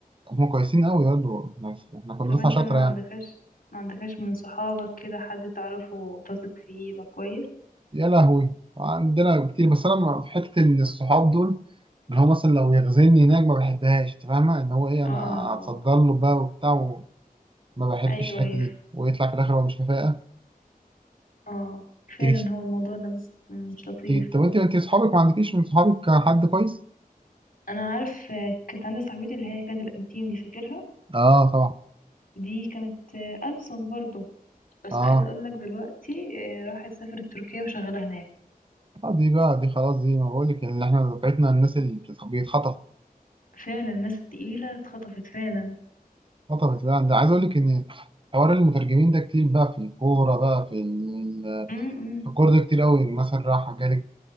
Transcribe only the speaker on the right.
هم كويسين قوي برضه بس احنا كنا
دفعة
شاطرة
يعني
يا لهوي عندنا كتير بس انا في حتة ان الصحاب دول اللي هو مثلا لو يغزلني هناك ما بحبهاش انت فاهمة ان هو ايه
انا
اتصدر له بقى وبتاع وما بحبش
الحتة
دي ويطلع في الاخر هو مش كفاءة
تيجي
تيجي- طب
انت انت اصحابك ما عندكيش من صحابك حد كويس؟
اه طبعا
اه
اه دي بقى دي خلاص دي ما بقول لك اللي احنا دفعتنا الناس اللي بتتخ- بيتخطف
خطفت بقى ده عايز اقول لك ان حوار المترجمين ده كتير بقى في الكوره بقى في ال-
في الكوره ده كتير قوي مثلا راح جالك